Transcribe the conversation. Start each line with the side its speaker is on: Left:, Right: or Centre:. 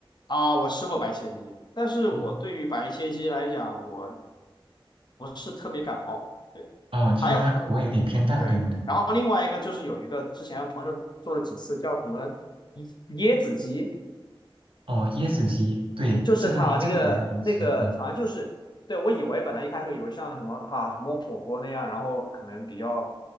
Left: 啊，我吃过白切鸡，但是我对于白切鸡来讲，
Right: 哦
Left: 我不是特别感冒。对，
Right: 哦，你就觉得它口味有点偏淡，
Left: 还有还对，
Right: 对不对？
Left: 然后另外一个就是有一个之前朋友做了几次叫什么椰椰子鸡，
Right: 哦，椰子鸡，对，
Left: 就是它那个那个好像就是，
Right: 这个也这个也很好吃。嗯
Left: 对，我以为本来一开始以为像什么啊什么火锅那样，然后可能比较